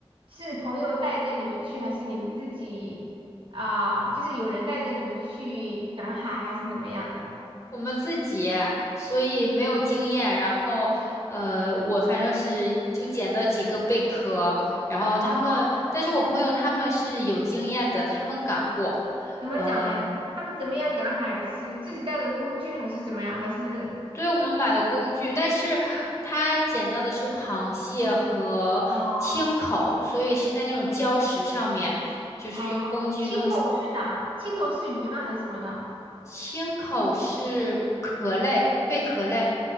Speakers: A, on the right; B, on the left.
A: 是朋友带着你们去，还是你们自己啊、就是有人带着你们去赶海，还是怎么样的？
B: 我们自己，所以没有经验，然后呃，我反正是就捡到几个贝壳，然后他们，
A: 哦。
B: 但是我朋友他们是有经验的，他们赶过，
A: 怎么讲嘞？
B: 呃
A: 他们怎么样赶海？是自己带着工具还是怎么样？还是
B: 对我们买的工具，但是它捡到的是螃蟹和青口，
A: 哦
B: 所以是在那种礁石上面，就是用工具弄起
A: 哦，青口是啥？青口是鱼吗？还是什么的？
B: 青口是壳类，贝壳类，